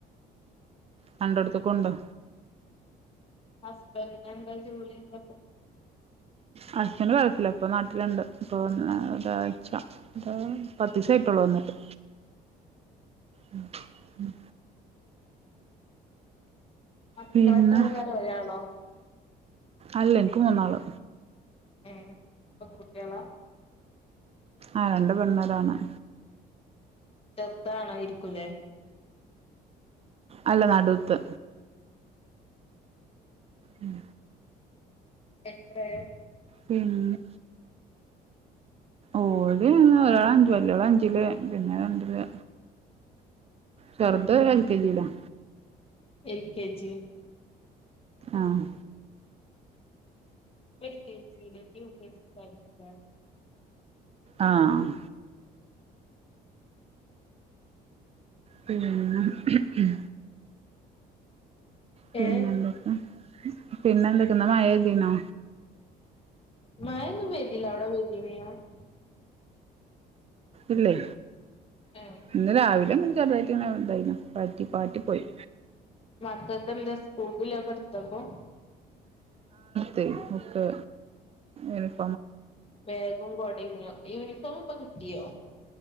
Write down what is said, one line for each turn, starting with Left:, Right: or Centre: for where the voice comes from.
Right: കണ്ടടുത്ത് കൊണ്ടോ
Left: ഹസ്ബന്റിന് എന്താ ജോലി എന്താ പോ?
Right: ഹസ്ബന്റ് ഗൾഫില ഇപ്പൊ നാട്ടിലുണ്ട് ഇപ്പ വന്ന ഒരാഴ്ച പത്തീസം ആയിട്ടുള്ളു വന്നിട്ട് ഉം ഉം
Left: മക്കള്
Right: പിന്നെ
Left: എത്ര ആൾക്കാരാ ഒരാളോ?
Right: അല്ല എനിക്ക് മൂന്നാള്
Left: ഏഹ് പെൺകുട്ട്യാള
Right: ആ രണ്ട് പെണ്ണും ഒരാണും
Left: ചെറുതാണായിരിക്കൂലെ
Right: അല്ല നടുത്തെ ഉം
Left: എത്രയ
Right: പിന്നെ ഓല് ഒരാള് അഞ്ചിൽ വല്ല്യ ൾ അഞ്ചില് പിന്നെ രണ്ടില് ചേർത് <unintelligible>
Left: എൽ കെ ജി
Right: ആഹ്
Left: എൽ കെ ജി ൽ <unintelligible>
Right: ആഹ് <unintelligible> ഉം ഉം പിന്നെ
Left: ഏ
Right: എന്തൊകെ പിന്നെ എന്തൊകെ ന്ന് മഴ പെയ്തീനോ
Left: മഴൊന്നും പെയ്തില്ല <unintelligible>
Right: ഇല്ലേ
Left: ഏഹ്
Right: ഇന്ന് രാവിലെ മ <unintelligible> തായിന പട്ടി പാട്ടി പോയി
Left: മാത്ത്. ഇതെന്താ സ്‌കൂല്ക് ഉള്ളോ എടുത്തപ്പോ
Right: തൈഫക്കെ ഏക <unintelligible>
Left: ബാഗും കോടയും <unintelligible> യൂണിഫോ ഫോൺ ഇപ്പം കിട്ടിയോ